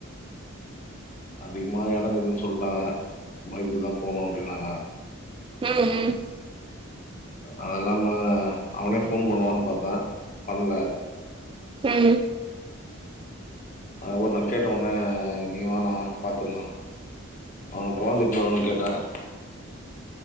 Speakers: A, on the left (about 40°); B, on the right (about 25°).
A: அதிகமா இடங்குதுன்னு சொல்லிட்டாங்க பைக்ல தான் போனும் அப்டின்னாங்க
B: ம் ம்
A: அதல்லாம அவனே போன் பண்ணுவானு பாத்தா பண்ல
B: ம்
A: அதுக்கப்பறோம் நான் கேட்ட ஒடனே நீ வாணா பாத்துலாம் அவனுக்கு கொழந்த எத்தனும் கேட்டன்